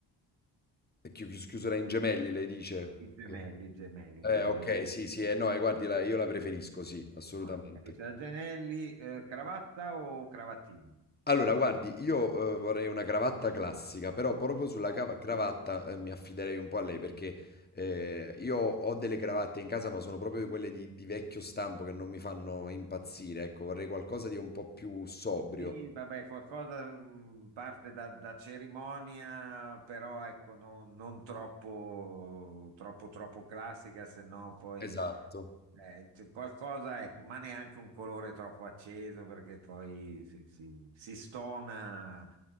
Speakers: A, on the left (about 20°); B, on the right (about 75°).
A: E chi- chi- Chiusura in gemelli, lei dice.
B: i gemelli,
A: Sì.
B: i gemelli,
A: Eh,
B: non mi
A: ok,
B: viene.
A: sì, sì, eh, no, eh, guardi, la- io la preferisco, sì, assolutamente.
B: Guarda, Camicia da Gianelli, eh, cravatta o cravattini?
A: Allora, guardi, io eh, vorrei una cravatta classica, però proprio sulla
B: Ok.
A: cava- cravatta eh, mi affiderei un po' a lei perché eh, io ho delle cravatte in casa, ma sono proprio quelle di, di vecchio stampo che non mi fanno impazzire. Ecco, vorrei qualcosa di un po' più sobrio.
B: Sì, vabbè, qualcosa mh, parte da, da cerimonia, però ecco, non, non troppo, troppo, troppo classica, se no poi
A: Esatto.
B: eh, c- qualcosa, ecco, ma neanche un colore troppo acceso perché poi si, si- si stona,